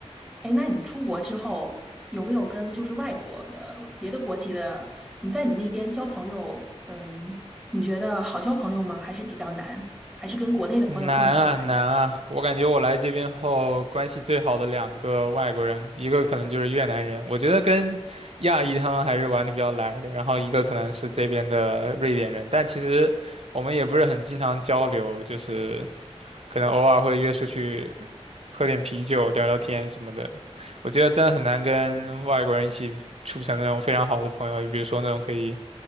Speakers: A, in the centre; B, on the right.
A: 哎，那你出国之后有没有跟就是外国的别的国籍的，你在你那边交朋友，嗯，你觉得好交朋友吗？还是比较难？还是跟国内的朋友更聊得来？
B: 难啊难啊！我感觉我来这边后，关系最好的两个外国人，一个可能就是越南人，我觉得跟亚裔他们还是玩的比较来的，然后一个可能是这边的瑞典人，但其实我们也不是很经常交流，就是可能偶尔会约出去喝点啤酒、聊聊天什么的。我觉得真的很难跟外国人一起处成那种非常好的朋友，比如说那种可以